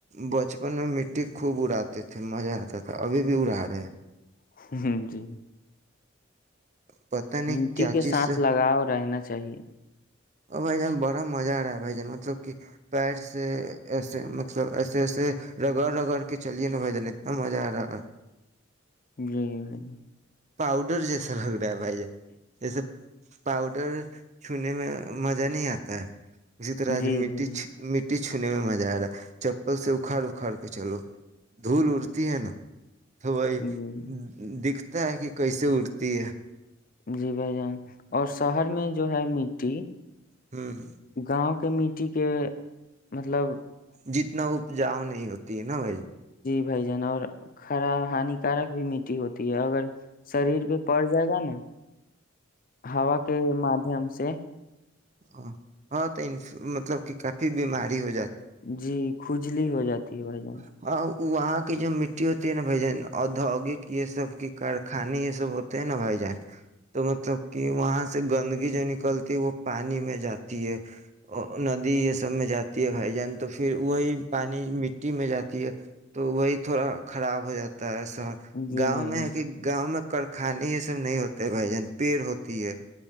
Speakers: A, on the right; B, on the left.
A: بچپن میں م خوب اڑاتے تھے مزہ آتا تھا ابھی بھی اڑا رہے ہیں
B: ہ جی
A: پتا نہیں
B: مٹی
A: کیا
B: کے
A: چیز
B: ساتھ
A: سے
B: لگاؤ رہنا چاہیے
A: اور بھ جان بڑا مزہ آ رہا ہے بھ جان مطلب کہ پیر سے ایسے مطلب ایسے ایسے رگڑ رگڑ کے چلے نا بھ جان اتنا مزہ آ رہا ہے
B: جی ب <unintelligible>
A: پؤڈر جیس <unintelligible> ہو جائے جسے پاؤڈر چونے میں مزہ نہیں آتا ہے اسی طرحج
B: جی
A: مٹی
B: بھائی جان
A: مٹی چھونے میں مزہ آ رہا ہے چپل سے اکھاڑ اکھاڑ کے چلو دھول اڑتی ہے نا تو بائی
B: جی
A: دکھ <unintelligible> ہوتا ہے کہ کیسے اٹ ت <unintelligible>
B: جی بھائی جان اور شہر میں جو ہے مٹی
A: ہوں <unintelligible>
B: گاؤں کے مٹٹی کے مطلب <unintelligible>
A: جتنا اپجاؤ نہیں ہوتی ہے <unintelligible> نا ب ج <unintelligible>
B: بھجن اور خراب ہانیکارک بھی مٹی ہوتی <unintelligible> اگر شریر پہ پڑ جائے گا نا ہوا کے مادادھیم سے
A: ا ہاں تو مطلب کہ کافی بیماری ہو جاتی
B: جی کھجلی ہو جاتی ہے بھجن
A: ہے اور وہاں کی جو مٹی ہوتی ہے نا بائی جان ادوگک یہ سب کی کارخانے یہ سب ہوتے ہے نا بائی جان <unintelligible> تو مطلب <unintelligible> کہ وہاں سے گندگی جو نکلتی وہ پانی میں جاتی ہے ندی یہ سب میں جاتی ہے بھائی جان تو پھر وہی پانی مٹی میں جاتی ہے تو وہی تھوڑا خراب ہو جاتا ہے <unintelligible>
B: جی
A: گاؤں
B: بھائی
A: میں
B: جان
A: ہے کہ گاؤں میں کخانے یہ سب نہیں ہوتے ہے بھائی جان پیڑ ہوتی ہے